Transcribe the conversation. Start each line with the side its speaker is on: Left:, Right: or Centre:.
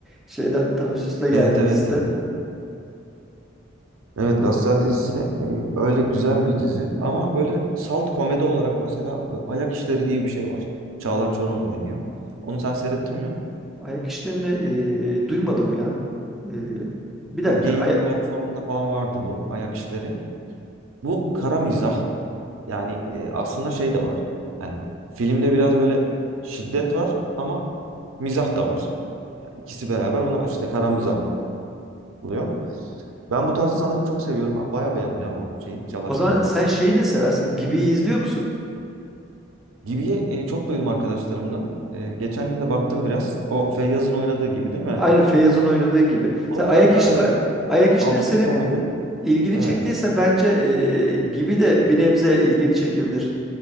Centre: şeyden tam üst üste geldi
Right: Evet
Centre: ikisi
Right: evet ya.
Centre: de.
Right: Evet
Centre: O
Right: Gassel dizisi e, öyle güzel bir dizi ama böyle salt komedi olarak mesela e, Ayak İşleri diye bir şey var. Çağlar Çorumlu oynuyor. Onu sen seyrettin mi?
Centre: ayak işlerini e, duymadım ya. E, bir dakika.
Right: Bu Gain
Centre: Aya-
Right: platformunda falan vardı bu Ayak İşleri. Bu kara mizah yani e, aslında şey de var. Hani filmde biraz böyle şiddet var ama mizah da var. Yani ikisi beraber buna işte kara mizah oluyor. Ben bu tarzı sanırım çok seviyorum ama bayağı beğendim ya o şeyin Çağlar
Centre: o
Right: Çorumlu'nun
Centre: zaman sen
Right: dizisini.
Centre: şeyi de seversin. Gibi'yi izliyor musun?
Right: Gibi'yi e, çok duydum arkadaşlarımdan. E, geçen gün de baktım biraz. O Feyyaz'ın oynadığı gibi değil mi?
Centre: Aynen Feyyaz'ın oynadığı gibi.
Right: O
Centre: Sen ayak
Right: biraz daha
Centre: iş
Right: evet
Centre: a- ayak işleri
Right: absürt
Centre: senin
Right: komedi.
Centre: ilgini
Right: Evet.
Centre: çektiyse bence e, gibi de bir nebze ilgini çekebilir.